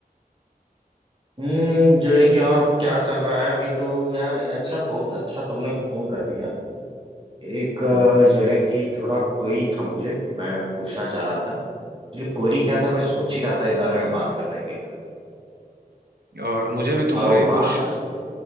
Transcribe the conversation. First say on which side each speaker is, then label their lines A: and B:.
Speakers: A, on the right; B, on the right.
A: हम्म जो है कि और क्या चल रहा है अभी तो यार अच्छा बहुत अच्छा तुमने फोन कर दिया एक
B: हम्म
A: अ, जो है कि थोड़ा क्वेरी था मुझे मैं पूछना चाह रहा था एक्चुअली क्वेरी क्या था मैं सोच ही रहा था इस बारे में बात करने के लिए
B: और मुझे भी तुम्हारी
A: और वो बात
B: कुछ